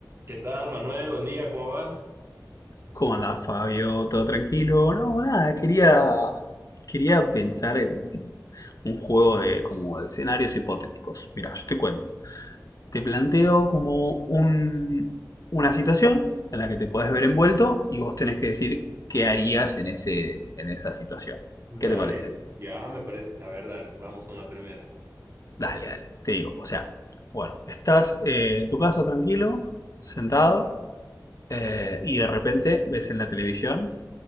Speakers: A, on the right; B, on the left.
A: ¿Qué tal, Manuel? Buen día, ¿cómo vas?
B: ¿Cómo andás, Fabio? ¿Todo tranquilo? No, nada, quería, quería pensar en un, un juego de, como de escenarios hipotéticos. Mira, yo te cuento. Te planteo como un, una situación en la que te puedes ver envuelto y vos tenés que decir qué harías en ese, en esa situación.
A: Dale,
B: ¿Qué te parece?
A: ya me parece. A ver, dale, vamos con la primera.
B: Dale, dale, te digo. O sea, bueno, estás eh, en tu casa tranquilo, sentado, eh, y de repente ves en la televisión